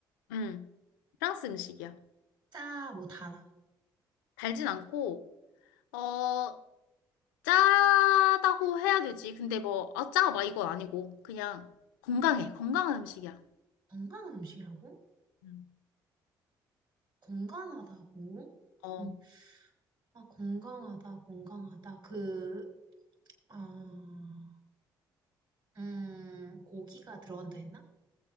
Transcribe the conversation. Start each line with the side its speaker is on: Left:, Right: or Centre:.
Left: 응. 프랑스 음식이야.
Right: 짜, 뭐, 달아.
Left: 달진 않고, 어, 짜다고 해야 되지. 근데 뭐, 아, 짜, 막 이건 아니고. 그냥 건강해. 건강한 음식이야.
Right: 건강한 음식이라고?
Left: 응.
Right: 건강하다고?
Left: 어,
Right: 근- 아, 건강하다, 건강하다. 그, 아, 음, 고기가 들어간다 했나?